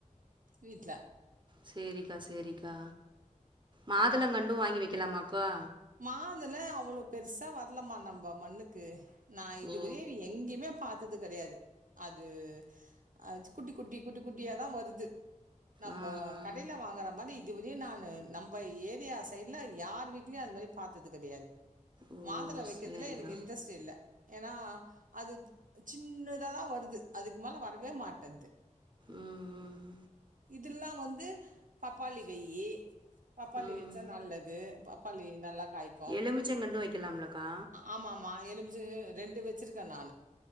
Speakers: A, on the right; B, on the right.
A: வீட்ல
B: சேரிக்கா சேரிக்கா மாதுளங்கண்டு வாங்கி வைக்கலாமாக்கா
A: மாதுல அவ்ளோ பெருசா வரலமா நம்ப மண்ணுக்கு நா இதுவரையு
B: ஓ!
A: எங்கேயுமே பாத்தது கடையாது அது அத் குட்டி குட்டி குட்டி குட்டியாதா வருது நம்ப
B: ஆ, ஆ.
A: கடைல வாங்கற மாரி இதுவரையு நானு நம் ப ஏரியா சைடுல யார் வீட்லயு அது மாரி பாத்தது கடையாது
B: ஓ!
A: மாதுள வைக்கதுல
B: சரிக்கா.
A: எனக்கு இன்ட்ரெஸ்ட் இல்ல ஏனா அது சின்னதாதா வருது அதுக்கு மேல வரவே மாட்டன்து
B: ம், ம்.
A: இதல்லா வந்து பப்பாளி வையி பப்பாளி
B: ம்.
A: வச்சா நல்லது பப்பாளி நல்லா காய்
B: எலுமிச்சங்கண்டு வைக்கலாம்லக்கா
A: ஆமா ஆமா எலுமிச்ச ரெண்டு வச்சுருக்க நானு